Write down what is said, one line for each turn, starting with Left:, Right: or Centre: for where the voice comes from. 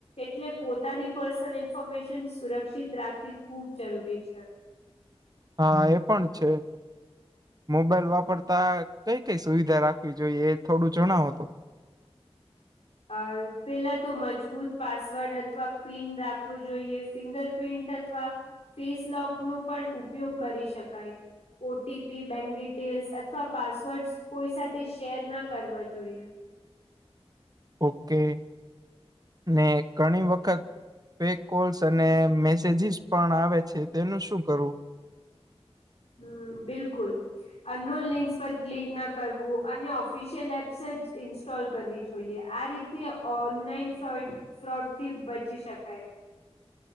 Left: એટલે પોતાની પર્સનલ ઇન્ફોર્મેશન સુરક્ષિત રાખવી ખૂબ જરૂરી છે.
Right: હા એ પણ છે. મોબાઈલ વાપરતા કઈ કઈ સુવિધા રાખવી જોઈએ એ થોડું જણાવો તો,
Left: અ પેલા તો મજબૂત પાસવર્ડ અથવા પિન રાખવુ જોઈયે ફિંગરપ્રિન્ટ અથવા ફેસ લોકનો પણ ઉપયોગ કરી શકાય. ઓટીપી, બેંક ડિટેલ્સ અથવા પાસવર્ડ કોઈ સાથે શેર ના કરવા જોઈએ.
Right: ઓકે, ને ઘણી વખત ફેક કોલ્સ અને મેસેજીસ પણ આવે છે, તેનું શું કરવું?
Left: હમ્મ, બિલકુલ અનનોન લિંકસ પર ક્લિક ના કરવું અને ઓફિશિયલ એપ્સજ ઇન સ્ટોલ કરવી જોઈએ, આ રીતે ઓનલાઈન ફોડ ફ્રોડથી બચી શકાય.